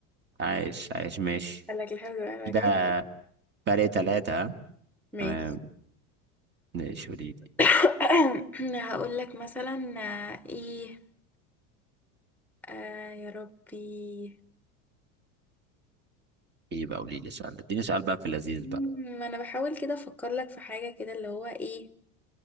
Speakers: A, on the right (about 25°); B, in the centre.
A: عايش عايش ماشي
B: قال لك لحد ما
A: كده
B: رجعت
A: فرق تلاتة ها؟
B: <laughs> ماشي
A: تمام ماشي قولي لي
B: <coughs> هقول لك مثلا آه، ايه آه يا ربي
A: إيه بقى قولي لي سؤال اديني سؤال بقى في اللذيذ
B: مم،
A: بقى
B: ما انا بحاول كده افكر لك في حاجة كده اللي هو ايه